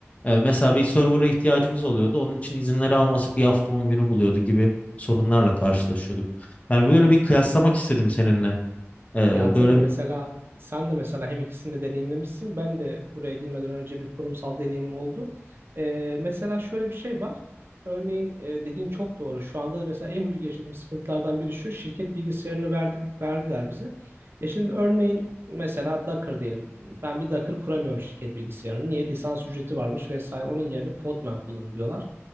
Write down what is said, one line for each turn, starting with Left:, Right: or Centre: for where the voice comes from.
Left: Ee, mesela bir server'a ihtiyacımız oluyordu. Onun için izinleri alması bir hafta 10 günü buluyordu gibi sorunlarla karşılaşıyorduk. Yani böyle bir kıyaslamak istedim seninle. Ee,
Right: Ya tabii
Left: böyle
Right: mesela
Left: bir...
Right: sen de mesela hem ikisini de deneyimlemişsin. Ben de buraya girmeden önce bir kurumsal deneyimim oldu. Ee, mesela şöyle bir şey var. Örneğin e, dediğin çok doğru. Şu anda da mesela en büyük yaşadığım sıkıntılardan biri şu. Şirket bilgisayarını verdik, verdiler bize. E şimdi örneğin mesela Docker diyelim. Ben bir Docker kuramıyorum şirket bilgisayarını. Niye? Lisans ücreti varmış vesaire. Onun yerine Podman kullanın diyorlar.